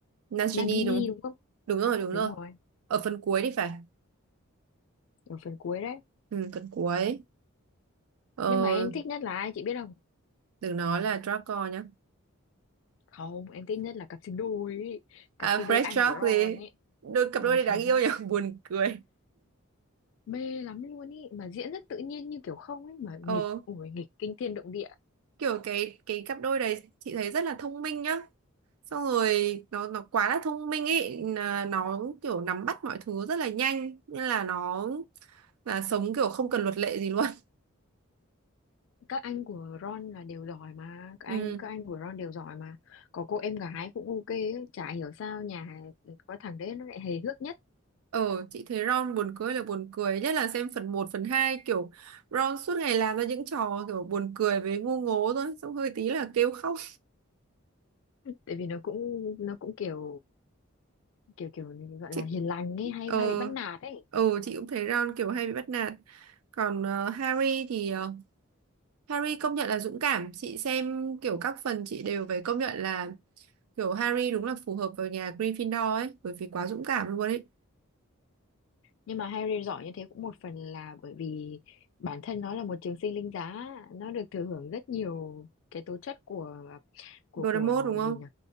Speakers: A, on the right; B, on the left.
A: Nagini
B: Nagini
A: đúng.
B: đúng không
A: Đúng rồi, đúng
B: đúng
A: rồi.
B: rồi
A: Ở phần cuối thì phải.
B: ở phần cuối đấy
A: Ừ, phần cuối. Ờ,
B: nhưng mà em thích nhất là ai chị biết không
A: đừng nói là Draco nhá.
B: không em thích nhất là cặp sinh đôi ý.
A: À,
B: cặp sinh
A: Fred
B: đôi anh
A: George
B: của Ron
A: đi.
B: ấy
A: Đôi cặp
B: Ừ.
A: đôi
B: <laughs>
A: này đáng yêu nhỉ, <laughs> buồn cười.
B: mê lắm luôn ý mà diễn rất tự nhiên như kiểu không ấy mà
A: Ờ,
B: nghịch ủi nghịch kinh thiên động địa
A: kiểu cái cái cặp đôi đấy chị thấy rất là thông minh nhá. Xong rồi nó nó quá là thông minh ấy, Là nó kiểu nắm bắt mọi thứ rất là nhanh nên là nó là sống kiểu không cần luật lệ gì luôn. <laughs>
B: các anh của Ron là đều giỏi mà các
A: Ừ.
B: anh các anh của Ron đều giỏi mà có cô em gái cũng ok ấy. chả hiểu sao nhà có thằng đấy nó lại hề hước nhất
A: Ờ, chị thấy Ron buồn cười là buồn cười, nhất là xem phần một phần 2 kiểu Ron suốt ngày làm ra những trò kiểu buồn cười với ngu ngố thôi, xong hơi tí là kêu khóc
B: tại vì nó cũng nó cũng kiểu kiểu kiểu gọi
A: chị
B: là hiền lành ấy hay
A: ờ
B: hay bị bắt nạt ấy
A: ờ chị cũng thấy Ron kiểu hay bị bắt nạt còn ờ, Harry thì ờ, Harry công nhận là dũng cảm chị xem kiểu các phần chị đều phải công nhận là kiểu Harry đúng là phù hợp vào nhà Gryffindor ấy bởi vì quá dũng cảm luôn ấy
B: nhưng mà Harry giỏi như thế cũng một phần là bởi vì bản thân nó là một trường sinh linh giá nó được thừa hưởng rất nhiều cái tố chất của của
A: Voldemort
B: của
A: đúng không
B: gì nhỉ